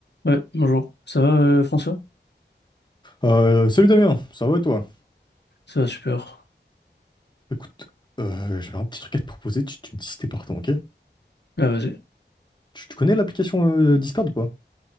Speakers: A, on the left; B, on the left.
A: Ouais, bonjour. Ça va, euh, François?
B: Euh, salut Damien, ça va et toi?
A: Ça va super.
B: Écoute, euh, j'avais un petit truc à te proposer, tu, tu me dis si t'es partant, ok?
A: Ah, vas-y.
B: Tu, tu connais l'application euh, Discord ou pas?